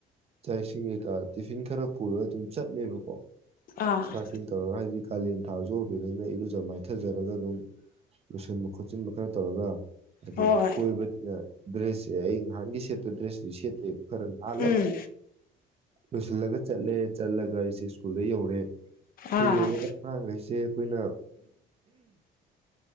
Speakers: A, on the right (about 35°); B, on the left (about 60°).
A: ꯆꯁꯤꯡ ꯀꯩꯀꯥ ꯇꯤꯐꯤꯟ ꯈꯔ ꯄꯨꯔꯒ ꯑꯗꯨꯝ ꯆꯠꯂꯦꯕꯀꯣ ꯁꯇꯥꯥꯇ
B: ꯑꯥ
A: ꯇꯧꯔ ꯍꯥꯏꯗꯤ ꯀꯥꯂꯦꯟ ꯊꯥꯁꯨ ꯑꯣꯏꯕꯅꯤꯅ ꯏꯔꯨꯖ ꯃꯥꯏꯊꯖꯔꯒ ꯑꯗꯨꯝ ꯂꯣꯏꯁꯤꯟꯕ ꯈꯣꯠꯆꯤꯟꯕ ꯈꯔ ꯇꯧꯔꯒ ꯍꯥꯏꯗꯤ
B: ꯍꯣꯏ
A: ꯀꯣꯏꯕꯕꯁꯤꯅ ꯗ꯭ꯔꯦꯁꯁꯦ ꯑꯩ ꯅꯍꯥꯟꯒꯤ ꯀꯦꯗꯁ ꯀꯦ ꯈꯔ ꯑꯂ
B: ꯎꯝ
A: ꯂꯁꯜꯂꯒ ꯆꯠꯂꯦ ꯆꯠꯂꯒꯁꯤ ꯁ꯭ꯀꯨꯜꯗ ꯌꯧꯔꯦ ꯁ꯭ꯀꯨꯜ
B: ꯑꯥ
A: ꯌꯕꯒ ꯦꯁ ꯑꯩꯈꯣꯏꯅ